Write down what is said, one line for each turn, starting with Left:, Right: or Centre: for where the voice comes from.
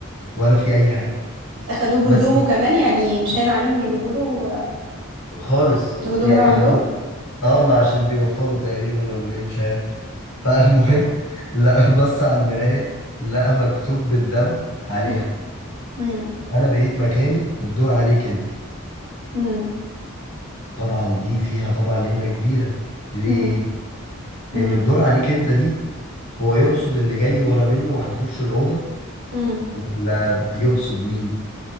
Left: ولا في أي حاجة
Right: أخدوه بهدومه
Left: بس
Right: كمان يعني مش هين عليهم يجيبوا له
Left: خالص
Right: آه، هدوم
Left: يعني
Right: من عندهم
Left: خدوه اه ما عشان بيوفروا تقريبا ولا ايه مش عارف فالمهم <laughs> لقى بص على المراية لقى مكتوب بالدم عليها
Right: مم. مم.
Left: انا بقيت مكاني الدور عليك انت
Right: مم.
Left: طبعا دي فيها طبعا انك كبيرة ليه
Right: مم. مم.
Left: لان الدور عليك انت دي هو يقصد اللي جاي ورا منه وهيخش الأوضة
Right: مم.
Left: ولا يقصد مين